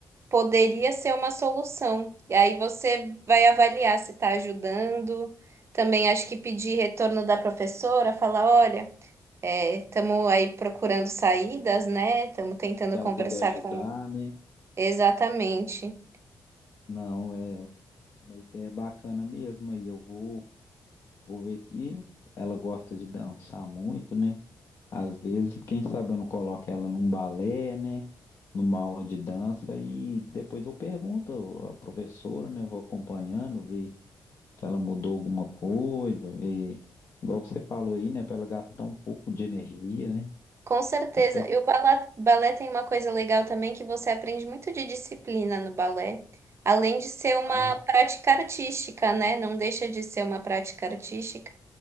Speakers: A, on the right (about 40°); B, on the left (about 45°).
A: poderia ser uma solução. E aí você vai avaliar se está ajudando. Também acho que pedir retorno da professora, falar, olha, estamos aí procurando saídas, né? Estamos tentando
B: ela
A: conversar
B: puder ajudar,
A: com.
B: né?
A: Exatamente.
B: Não, é uma ideia bacana mesmo. Aí eu vou, vou ver que ela gosta de dançar muito, né? Às vezes, quem sabe eu não coloco ela num balé, né? Numa aula de dança e depois eu pergunto à professora, né? Vou acompanhando, ver se ela mudou alguma coisa, ver. Igual você falou aí, né? Para ela gastar um pouco de energia, né?
A: Com certeza.
B: Até
A: E o balé, balé tem uma coisa legal também que você aprende muito de disciplina no balé, além de ser uma
B: ah,
A: prática artística, né? Não deixa de ser uma prática artística.